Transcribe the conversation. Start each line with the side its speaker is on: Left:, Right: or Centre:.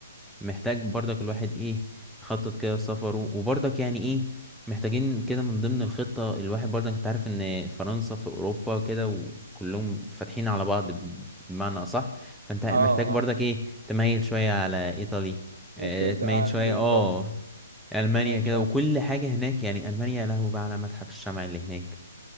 Centre: فمحتاج برضك الواحد ايه يخطط كده سفره وبرضك يعني ايه محتاجين كده من ضمن الخطة الواحد برضك انت عارف ان فرنسا في اوروبا كده وكلهم فاتحين على بعض بمعنى اصح فانت محتاج
Right: اه اه
Centre: برضك ايه تميل شوية على ايطالي اه
Right: انت أنت-
Centre: تميل
Right: آه،
Centre: شوية
Right: بالظبط
Centre: اه ألمانيا
Right: كمان
Centre: كده
Right: شوية
Centre: وكل حاجة هناك يعني ألمانيا له بقى على متحف الشمع اللي هناك